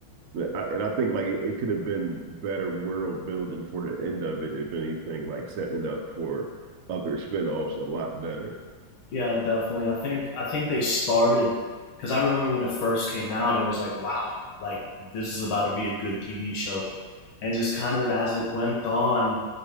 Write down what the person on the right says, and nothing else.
I, and I think like it, it could have been better world building for the end of it, if anything, like setting it up for other spinoffs a lot better.